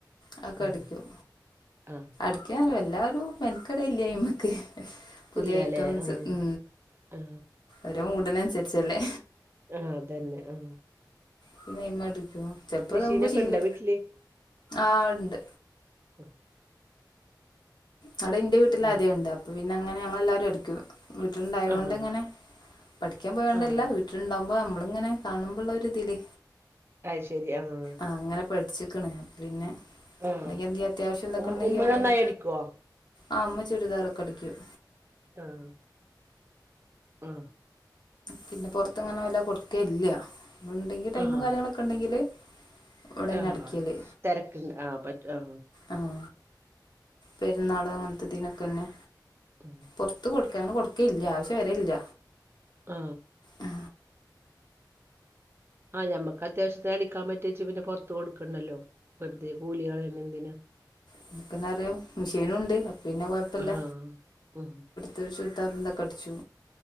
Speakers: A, on the left; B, on the right.
A: അതൊക്കെ
B: ഉം
A: അടിക്കും.
B: ആഹ്
A: ക്കറിയുല എല്ലാരും മെൻക്കടല്ലായ്നു അത്മക്ക് പുതിയ
B: ഇല്ലാലേ
A: ഐറ്റംസ്
B: ആഹ്
A: ഊ.
B: ആഹ്
A: ഒരു മൂടിനനുസരിച്ചല്ലേ
B: ആതന്നെ ആ
A: പിന്നെ നയി്മ അടിക്കും ചെപ്പോ
B: മെഷീനൊക്കെ
A: തവുമ്പോ ശീല
B: ഇണ്ടോ വീട്ടില്
A: ആണ്ട്
B: ഉ
A: അവിടെ ഇൻയ വീട്ടിൽ
B: ഉം
A: ആദ്യേ ഉണ്ട് അപ്പൊ പിന്നെങ്ങനെ ഞങ്ങ എല്ലാരരും അടിക്കും വീട്ടിലുണ്ടായൊണ്ട്
B: ആഹ്
A: ഇങ്ങനെ പഠിക്കാൻ പോയണ്ടല്ല
B: ആഹ്
A: വീട്ടിലുണ്ടാവക്പോ നമ്മള ഇങ്ങനെ കാണുമ്പോ ഉള്ള ഒരുരി ഇതില്േ
B: അത് ശരി ആഹ്
A: ആ അങ്ങനെ പഠിച്ചിിക്കണ പിന്നെ
B: ആഹ്
A: അെങ്കിൽ എന്തെ അത്യാവശ്യം എന്തൊക്കെ
B: ഉം
A: ഉണ്ടെങ്കിൽ
B: ഉമ്മ
A: നമ്മളന്നെ
B: നന്നായി അടിക്കോ
A: ആ അമ്മ ചുരിദാർൊക്കെ അടിക്കും
B: ആഹ ആഹ
A: പിന്നെ പുറത്ത്ങ്ങനെ വല്ല കൊടുക്ക ഇല്ല പി ഉണ്ടെങ്കി ടൈമും
B: ആഹ്
A: കാര്യങ്ങളൊക്കെ ഉണ്ടെങ്കില് ഇവിടെന്നെ
B: ആഹ്
A: അടിക്കല്
B: ആ് തിരക്ക് ആ് പറ്റ ആ്
A: ആഹ പെരുന്നാള് അങ്ങനത്തെതിനീനൊക്കെന്നെ
B: ഉ
A: പുറത്ത് കൊടുക്ക അങ്ങനെ കൊടുക്കില്ല ആവശ്യ വരല്ല
B: ആ
A: ആ
B: ആ ഞമ്മക്ക് അത്യാവശ്യത്തെ അടിക്കാൻ പറ്റിയച്ചച്ച് പിന്നെ പുറത്ത്ു കൊടുക്കണ്ടല്ലോ ഇേ കൂലികളാണ് എന്തിനാ
A: നമക്കന്നെ അറിയാം മെഷീന ഉണ്ട് അപ്പ പിന്നെ കൊഴപ്പില്ല
B: ആഹ് ഉം
A: തറ ചുറദാറുന്ത കടിച്ചു